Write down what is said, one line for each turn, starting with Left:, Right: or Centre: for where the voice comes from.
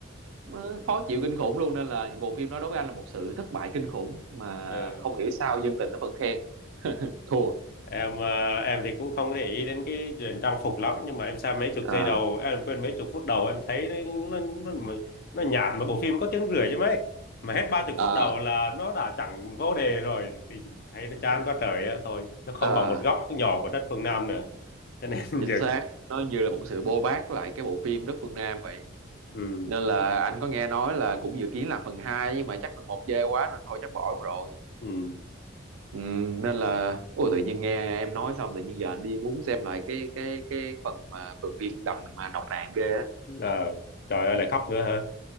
Right: Nó khó chịu kinh khủng luôn nên là bộ phim đó đối với anh là một sự thất bại kinh khủng mà
Left: ừ
Right: không hiểu sao dân tình nó vẫn khen thua
Left: em ờ, em thì cũng không để ý đến cái chuyện trang phục lắm nhưng mà em xem mấy chục
Right: à
Left: giây đầu em quên mấy chục phút đầu em thấy nó nó nó, nó nhạt mà bộ phim có tiếng rưỡi chứ mấy mà hết ba chục
Right: à
Left: phút đầu là nó đã chẳng vô đề rồi thì thấy nó chán quá trời á thôi nó không
Right: à
Left: bằng một góc nhỏ của đất phương Nam nữa cho nên <laughs>
Right: chính
Left: giờ
Right: xác nó như là một sự bôi bác lại cái bộ phim Đất Phương Nam vậy
Left: ừ
Right: nên là anh có nghe nói là cũng dự kiến làm phần hai nhưng mà chắc phần một chê quá nên thôi chắc bỏ luôn rồi
Left: ừ
Right: ừ, nên là ôi tự nhiên nghe em nói xong tự nhiên giờ anh đi muốn xem lại cái cái cái phần mà phần phim đầm mà nọc nạn ghê á
Left: Ờ, trời ơi lại khóc nữa hả